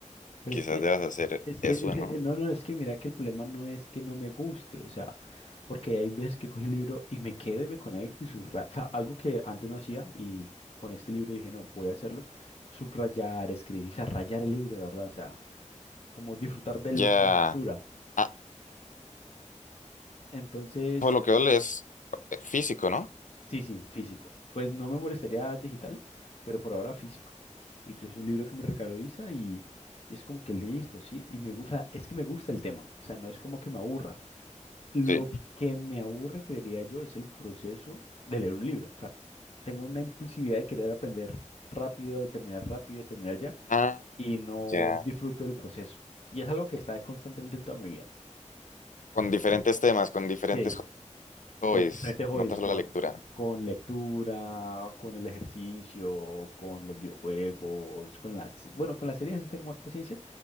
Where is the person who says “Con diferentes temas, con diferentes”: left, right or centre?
Left